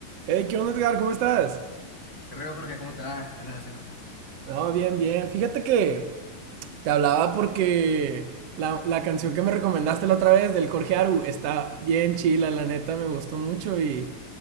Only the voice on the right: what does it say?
Hey, ¿qué onda, Edgar? ¿Cómo estás?
No, bien, bien. Fíjate que te hablaba porque la, la canción que me recomendaste la otra vez del Jorge Aru está bien chila, la neta, me gustó mucho y,